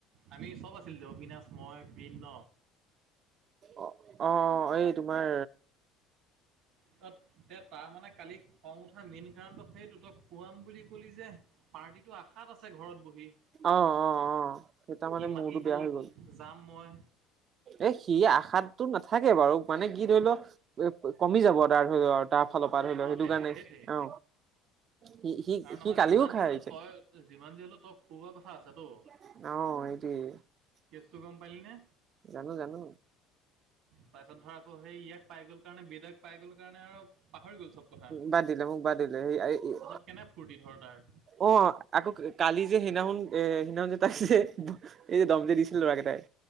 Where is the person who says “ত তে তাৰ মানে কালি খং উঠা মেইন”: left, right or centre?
Right